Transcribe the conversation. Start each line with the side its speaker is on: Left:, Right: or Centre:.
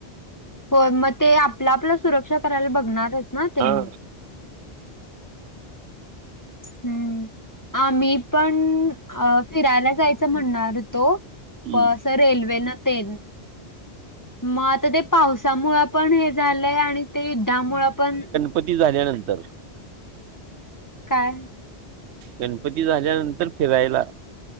Left: होय मग ते आपलं आपला सुरक्षा करायला बघणारच ना तेनी.
Right: हां
Left: हम्म आम्ही पण अ फिरायला जायचं म्हणणार होतो
Right: हं.
Left: प असं रेल्वे न तेन मग आता ते पावसामुळे पण हे झालंय आणि ते युद्धामुळे पण
Right: पती झाल्यानंतर
Left: काय.
Right: गणपती झाल्यानंतर फिरायला